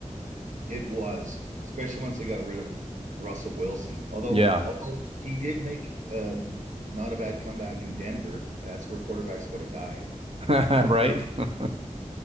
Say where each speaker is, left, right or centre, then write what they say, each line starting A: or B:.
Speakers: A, on the right; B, on the right.
A: It was, especially once they got rid of Russell Wilson. Although,
B: Yeah,
A: although he did make um, not a bad comeback in Denver. That's where quarterbacks go to die.
B: <laughs> right. <laughs>